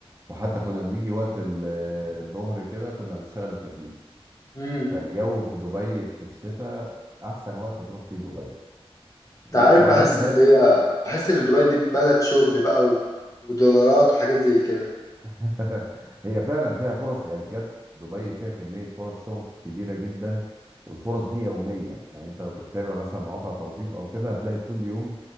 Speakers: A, on the right; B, on the left.
A: وحتى كنا بنيجي وقت ال- الظهر كده كنا بنشغل التكييف
B: امم
A: فالجو في دبي في الشتاء احسن وقت تروح فيه دبي وبعدين
B: انت عارف بحس
A: البلد
B: اللي هي بحس ان دبي دي بلد شغل بقى و... ودولارات وحاجات زي كده
A: <laughs> هي فعلا فيها فرص يعني بجد دبي فيها كمية فرص شغل كبيرة جدا والفرص دي يوميا يعني انت لو بتتابع مثلا مواقع توظيف او كده هتلاقي كل يوم